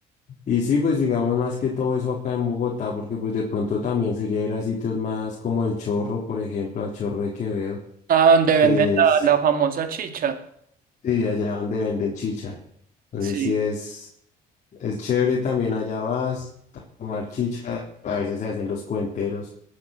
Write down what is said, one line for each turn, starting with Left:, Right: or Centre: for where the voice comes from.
Left: Y sí, pues digamos más que todo eso acá en Bogotá, porque pues de pronto también sería ir a sitios más como El Chorro, por ejemplo, al Chorro de Quevedo,
Right: Ah, donde
Left: que
Right: venden la,
Left: es,
Right: la famosa chicha.
Left: sí, allá donde venden chicha. Entonces
Right: Sí.
Left: sí es, es chévere también allá vas a tomar chicha, a veces se hacen los cuenteros